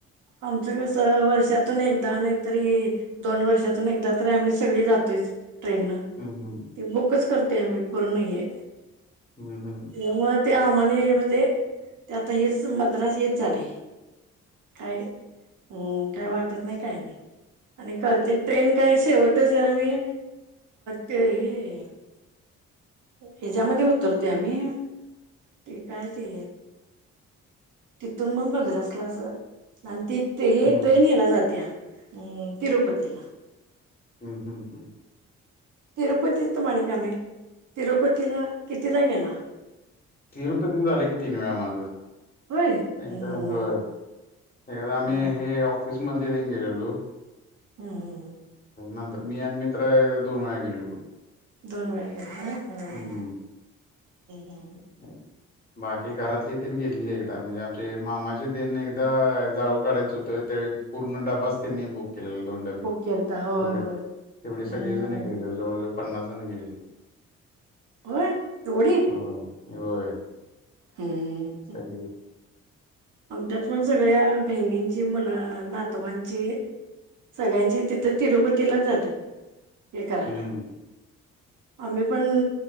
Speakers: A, on the right; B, on the left.
A: आमचं कसं वर्षात तून एकदा, नाहीतरी दोन वर्षातून एकदा तरी आम्ही सगळी जातोयच ट्रेननं.
B: हम्म हम्म.
A: ती बुकच करतोय आम्ही पूर्ण हे
B: हम्म हम्म.
A: त्यामुळ ते आम्हानी म्हणजे ते आता हेच मद्रास हेच झालंय. काय हम्म काय वाटत नाही काय नाही. आणि कळतंय ट्रेन काय शेवटच आम्ही ते हे ह्याच्यामध्ये उतरतोय आम्ही. ते काय ते तिथून मग मद्रास ला अस आणि ती
B: हम्म
A: हे ट्रेन ह्याला जात्या हम्म तिरूपतीला.
B: हम् हम, हम.
A: तिरुपती तुम्हांला काय माहित तिरुपतीला कितीदा गेला.
B: तिरुपती झाले की तीन वेळा माझं.
A: होय
B: एकदा
A: हम्म
B: होय एकदा आम्ही
A: हम्म
B: हे ऑफिस मधले तेन गेलेलो.
A: हम्म हम्म
B: नंतर मी आणि मी मित्र दोन वेळा गेलेलो.
A: दोन वेळा हम्
B: हम्म.
A: हम,
B: <inaudible> बाकी घरातली तेन गेलेली एकदा म्हणजे आमचे मामाचे तेन एकदा जावळ काढायचं होतं. त्यावेळी पूर्ण डबाच त्यांनी बुक केलेला दोन डबे
A: बुक केलता होय
B: एवढे
A: होय
B: तेवढे
A: हम्म
B: सगळे जण गेले. जवळजवळ पन्नास जण गेलेले.
A: व्हय एवढी?
B: होय होय.
A: हम्म!
B: सगळे.
A: आमच्यात पण सगळ्या बहिणींची मुला नातवांची सगळ्यांची तिथं तिरुपतीला जातात हे करायला.
B: हम्म
A: आम्ही पण